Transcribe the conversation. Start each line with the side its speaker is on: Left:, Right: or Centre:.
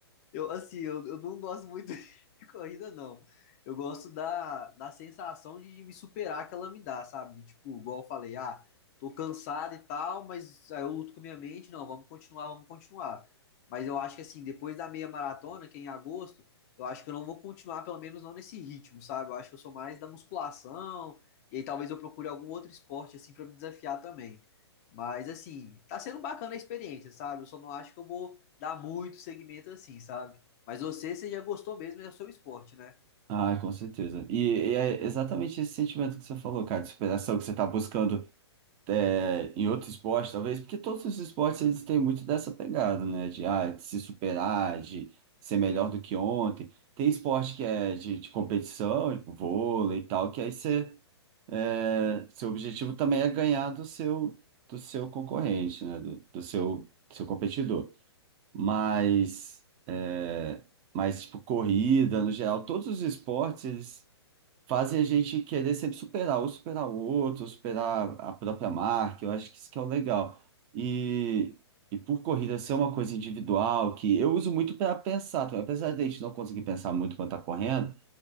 Left: Eu, assim, eu, eu não gosto muito <laughs> de corrida, não. Eu gosto da, da sensação de me superar que ela me dá, sabe? De, tipo, igual eu falei, ah, tô cansado e tal, mas aí eu luto com a minha mente, não, vamos continuar, vamos continuar. Mas eu acho que, assim, depois da meia maratona, que é em agosto, eu acho que eu não vou continuar, pelo menos não nesse ritmo, sabe? Eu acho que eu sou mais da musculação, e aí talvez eu procure algum outro esporte, assim, pra me desafiar também. Mas, assim, tá sendo bacana a experiência, sabe? Eu só não acho que eu vou dá muito segmento assim, sabe? Mas você, você já gostou mesmo, é o seu esporte, né?
Right: Ah, com certeza. E, e é exatamente esse sentimento que você falou, cara, de superação que você está buscando é, em outro esporte, talvez, porque todos os esportes eles têm muito dessa pegada, né? De, ah, de se superar, de ser melhor do que ontem. Tem esporte que é de, de competição, tipo vôlei e tal, que aí você, é, seu objetivo também é ganhar do seu, do seu concorrente, né? Do, do seu, seu competidor. Mas, é, mas, tipo, corrida, no geral, todos os esportes, eles fazem a gente querer sempre superar, ou superar o outro, ou superar a própria marca. Eu acho que isso que é o legal. E, e por corrida ser uma coisa individual, que eu uso muito para pensar também. Apesar de a gente não conseguir pensar muito quando tá correndo,